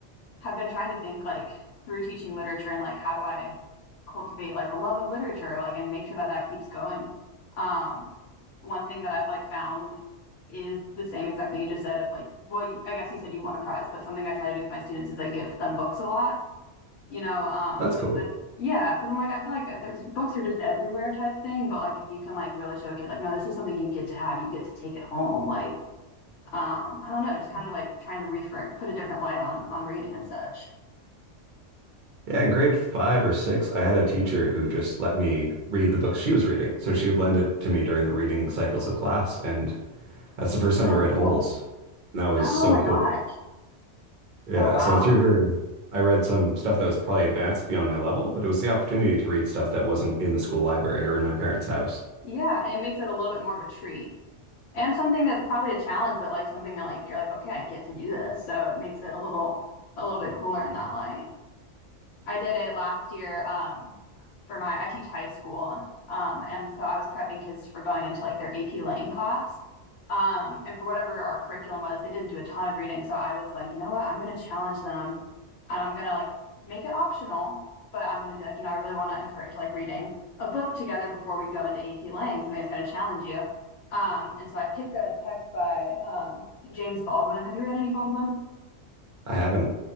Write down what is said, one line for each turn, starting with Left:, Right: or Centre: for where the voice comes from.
Left: have been trying to think like through teaching literature and like how do I cultivate like a love of literature like and make sure that that keeps going. Um, one thing that I've like found is the same exact thing you just said of like well you- I guess you said you won a prize, but something I try to do with my students is I gift them books a lot, you know, um,
Right: that's
Left: because
Right: cool.
Left: it, yeah, because I'm like I feel like there's books are just everywhere type thing, but like if you can like really show a kid like no, this is something you get to have, you get to take it home, like um, I don't know, just kind of like trying to reframe, put a different light on on reading and such.
Right: Yeah, in grade five or six, I had a teacher who just let me read the books she was reading. So she would lend it to me during the reading cycles of class. And that's the first time
Left: Oh,
Right: I read
Left: cool.
Right: Holes. And that was
Left: Oh
Right: so
Left: my
Right: cool.
Left: gosh.
Right: Yeah,
Left: Oh wow.
Right: so through her, I read some stuff that was probably advanced beyond my level, but it was the opportunity to read stuff that wasn't in the school library or in my parents' house.
Left: Yeah, it makes it a little bit more of a treat. And something that's probably a challenge, but like something that like you're like, okay, I get to do this. So it makes it a little a little bit cooler in that light. I did it last year um, for my, I teach high school. Um, and so I was prepping kids for going into like their AP Lang class. Um, and for whatever our curriculum was, they didn't do a ton of reading. So I was like, you know what? I'm going to challenge them and I'm going to like make it optional, but I'm going to be like, you know, I really want to encourage like reading a book together before we go into AP Lang, something that's going to challenge you. Um, and so I picked a text by um, James Baldwin. Have you read any Baldwin?
Right: I haven't,